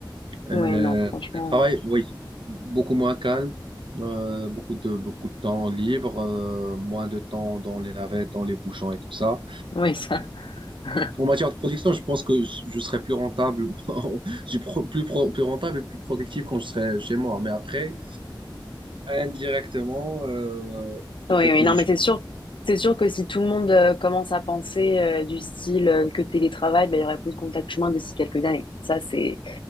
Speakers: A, on the right; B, on the left.
A: Euh,
B: ouais, non, franchement,
A: le travail,
B: euh,
A: oui, beaucoup moins calme, euh, beaucoup de, beaucoup de temps libre, euh, moins de temps dans les navettes, dans les bouchons et tout ça.
B: oui, ça. <laughs>
A: En matière de production, je pense que je, je serai plus rentable, <laughs> je suis pro- plus, pro- plus rentable et plus productif quand je serai chez moi. Mais après, indirectement, euh, le
B: Oui,
A: fait
B: oui,
A: que
B: non,
A: je
B: mais c'est sûr, c'est sûr que si tout le monde euh, commence à penser euh, du style euh, que télétravail, ben, il y aurait plus de contact humain d'ici quelques années. Ça, c'est...